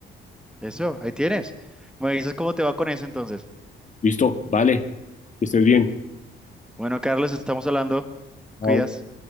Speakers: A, in the centre; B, on the left.
A: Eso, ahí tienes. Me dices cómo te va con eso entonces.
B: Listo, vale, que estés bien.
A: Bueno, Carlos, estamos hablando. Te
B: Chao.
A: cuidas.